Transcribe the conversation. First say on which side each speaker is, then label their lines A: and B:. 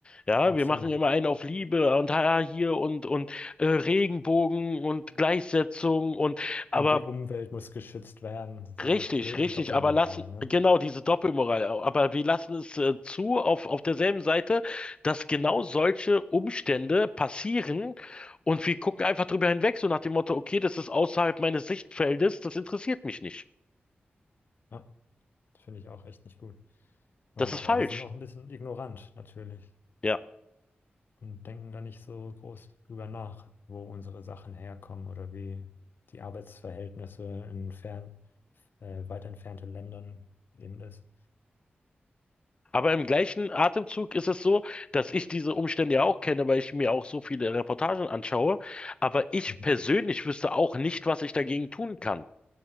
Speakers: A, on the left; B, on the left.
A: Ja,
B: absolut.
A: wir machen immer einen auf Liebe und ha, hier und und äh, Regenbogen und Gleichsetzung und aber
B: Und die Umwelt muss geschützt werden. Diese
A: Richtig,
B: blöde
A: richtig,
B: Doppelmoral,
A: aber lassen,
B: ne?
A: genau diese Doppelmoral, aber wir lassen es äh, zu auf, auf derselben Seite, dass genau solche Umstände passieren und wir gucken einfach drüber hinweg, so nach dem Motto, okay, das ist außerhalb meines Sichtfeldes, das interessiert mich nicht.
B: Ja, finde ich auch echt nicht gut. Und
A: Das ist
B: ja,
A: falsch.
B: wir sind auch ein bisschen ignorant natürlich
A: Ja.
B: und denken da nicht so groß drüber nach, wo unsere Sachen herkommen oder wie die Arbeitsverhältnisse in fern, äh, weit entfernten Ländern eben ist.
A: Aber im gleichen Atemzug ist es so, dass ich diese Umstände ja auch kenne, weil ich mir auch so viele Reportagen anschaue. Aber ich
B: Mhm.
A: persönlich wüsste auch nicht, was ich dagegen tun kann.